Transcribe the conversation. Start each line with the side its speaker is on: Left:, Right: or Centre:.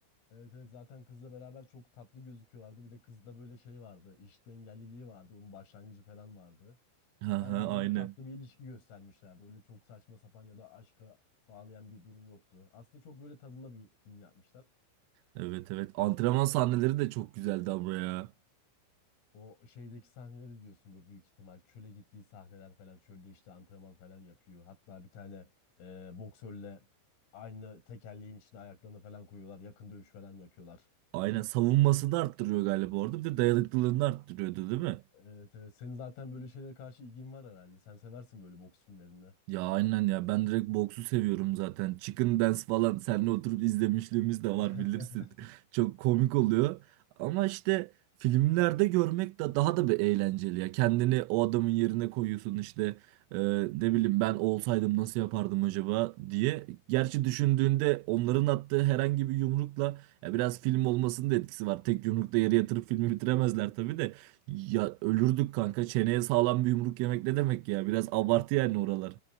Left: Evet evet zaten kızla beraber çok tatlı gözüküyorlardı. Bir de kızda böyle şey vardı. İşitme engelliliği vardı. Onun başlangıcı falan vardı.
Right: Ha
Left: Baya
Right: ha
Left: böyle
Right: aynı
Left: tatlı bir ilişki göstermişlerdi. Öyle çok saçma sapan ya da aşka bağlayan bir durum yoktu. Aslında çok böyle tadında bir film yapmışlar.
Right: Evet evet. Antrenman sahneleri de çok güzeldi ama ya.
Left: O şeydeki sahneleri diyorsundur büyük ihtimal. Çöle gittiği sahneler falan. Çölde işte antrenman falan yapıyor. Hatta bir tane e, boksörle aynı tekerleğin içine ayaklarını falan koyuyorlar. Yakın dövüş falan yapıyorlar.
Right: Aynen savunması da arttırıyor galiba orada. Bir de dayanıklılığını arttırıyordu değil mi?
Left: Evet evet. Senin zaten böyle şeylere karşı ilgin var herhalde. Sen seversin böyle boks filmlerinde.
Right: Ya aynen ya ben direkt boksu seviyorum zaten. Chicken Dance falan seninle oturup izlemişliğimiz de
Left: <laughs>
Right: var bilirsin. <laughs> Çok komik oluyor. Ama işte filmlerde görmek de daha da bir eğlenceli ya. Kendini o adamın yerine koyuyorsun işte e, ne bileyim ben olsaydım nasıl yapardım acaba diye. Gerçi düşündüğünde onların attığı herhangi bir yumrukla ya biraz film olmasının da etkisi var. Tek yumrukta yere yatırıp filmi bitiremezler tabii de. Ya ölürdük kanka. Çeneye sağlam bir yumruk yemek ne demek ya? Biraz abartı yani oralar.